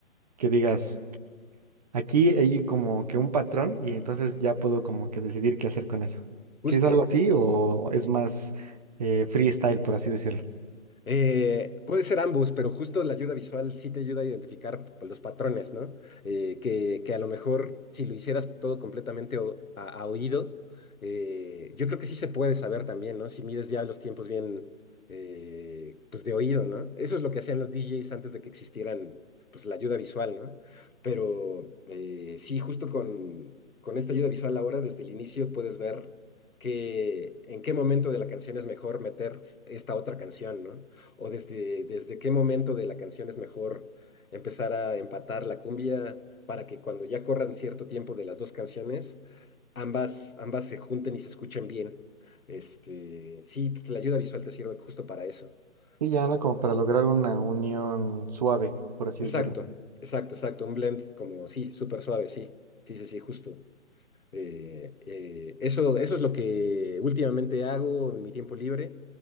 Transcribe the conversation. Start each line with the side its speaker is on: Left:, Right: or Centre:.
Right: que digas, aquí hay como que un patrón y entonces ya puedo como que decidir qué hacer con eso.
Left: justo.
Right: Si es algo así o es más eh, freestyle, por así decirlo.
Left: Eh, puede ser ambos, pero justo la ayuda visual sí te ayuda a identificar pues, los patrones, ¿no? Eh, que, que a lo mejor si lo hicieras todo completamente o- a, a oído, eh, yo creo que sí se puede saber también, ¿no? Si mides ya los tiempos bien, eh, pues de oído, ¿no? Eso es lo que hacían los DJs antes de que existieran, pues la ayuda visual, ¿no? Pero eh, sí, justo con, con esta ayuda visual ahora, desde el inicio puedes ver que en qué momento de la canción es mejor meter s- esta otra canción, ¿no? o desde, desde qué momento de la canción es mejor empezar a empatar la cumbia para que cuando ya corran cierto tiempo de las dos canciones, ambas, ambas se junten y se escuchen bien. Este, sí, pues la ayuda visual te sirve justo para eso.
Right: Sí,
Left: Es,
Right: ya, ¿no? Como para lograr una unión suave, por así
Left: exacto,
Right: decirlo.
Left: exacto, exacto. Un blend como, sí, súper suave, sí, sí, sí, sí, justo. Eh, eh, eso, eso es lo que últimamente hago en mi tiempo libre.